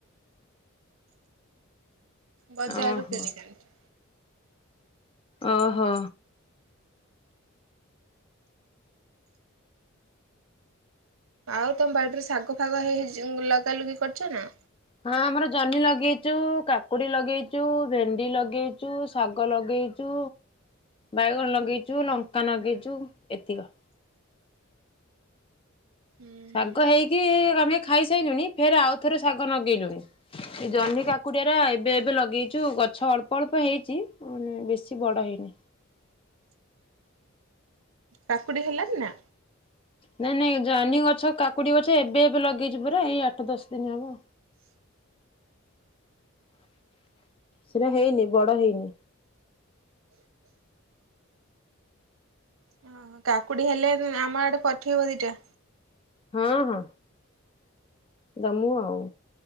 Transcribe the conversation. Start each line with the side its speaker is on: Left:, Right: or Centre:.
Right: ବଜାରରୁ
Left: ଓହୋ
Right: କିଣିିକି ଆଣିଛୁ।
Left: ଓହୋ।
Right: ଆଉ ତମ ବାଡ଼ିରେ ଶାଗ ଫାଗ ହେଇ ଲଗା ଲୁଗି କରିୁଛ ନା?
Left: ହଁ ଆମର ଜହ୍ନି ଲଗେଇଚୁ, କାକୁଡି ଲଗେଇଚୁ, ଭେଣ୍ଡି ଲଗେଇଚୁ, ଶାଗ ଲଗେଇ ଛୁ ବାଇଗଣ ଲଗେଇଛୁ, ଲଙ୍କା ଲଗେଇଛୁ ଏତିକ।
Right: ହୁଁ
Left: ଶାଗ ହେଇକି ଆମେ ଖାଇସାଇଲୁଣି ଫେର୍ ଆଉ ଥରେ ଶାଗ ନଗେଇଲୁଣି। ଏ ଜହ୍ନି କାକୁଡିରା ଏବେ ଏବେ ଲଗେଇଚୁ ଗଛ ଅଳ୍ପ ଅଳ୍ପ ହେଇଚି। ବେଶୀ ବଡ଼ ହେଇନି।
Right: କାକୁଡି ହେଲାଣି ନା?
Left: ନାଇଁ ନାଇଁ ଜହ୍ନି ଗଛ, କାକୁଡି ଗଛ ଏବେ ଏବେ ଲଗେଇଚୁ ପରା ଏଇ ଆଠ ଦଶ ଦିନ ହବ। ସେଟା ହେଇନି ବଡ ହେଇନି।
Right: ଓହୋ କାକୁଡି ହେଲେ ଆମଆଡେ ପଠେଇବ ଦିଟା।
Left: ହଁ ହଁ ଦମୁ ଆଉ।